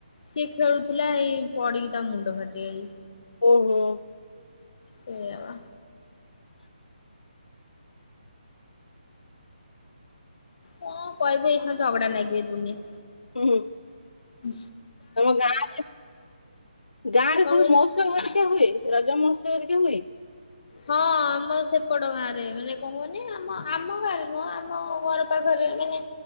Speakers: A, on the left; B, on the left.
A: ସିଏ ଖେଳୁଥିଲା ଏଇ ପଡିକି ତା ମୁଣ୍ଡ ଫାଟିଗଲା।
B: ଓହୋ।
A: ସେଇଆବା କଣ କହିବୁ ଏସ ଝଗଡା ଲାଗିବେ ଦୁନିଆ।
B: ହୁଁ।
A: ହ
B: ତମ ଗାଁରେ ଗାଁ ରେ
A: କହିଲୁ
B: ସବୁ ମଉସମ ଅଧିକା ହୁଏ? ରଜ ମହୋତ୍ସବ ଟିକେ ହୁଏ।
A: ହଁ ଆମ ସେପଟ ଗାଁରେ ମାନେ କଣ କୁହନି ଆମ ଆମ ଗାଁରେ ନୁହଁ ଆମ୍ ଆମ ଘର ପାଖରେ ମାନେ